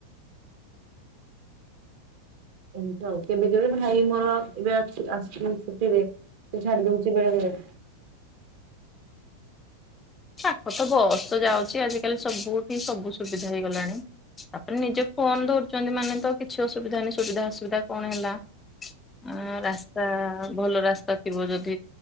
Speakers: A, on the right; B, on the left.
A: ଏମିତି ଆଉ କେବେ କେବେ ଭାଇ ମୋର ଏବେ ଅଛି ଆସିଚି ଛୁଟିରେ। ସିଏ ଛାଡି ଦଉଚି ବେଳେ ବେଳେ।
B: ପାଖ ତ ବସ୍ ତ ଯାଉଛି ଆଜିକାଲି ସବୁଠିକି ସବୁ ସୁବିଧା ହେଇଗଲାଣି। ତାପରେ ନିଜେ ଫୋନ ଧରୁଛନ୍ତି ମାନେ ତ କିଛି ଅସୁବିଧା ନାଇଁ ସୁବିଧା ଅସୁବିଧା କଣ ହେଲା? ଆଁ ରା ତା ଭଲ ରାସ୍ତା ଥିବ ଯଦି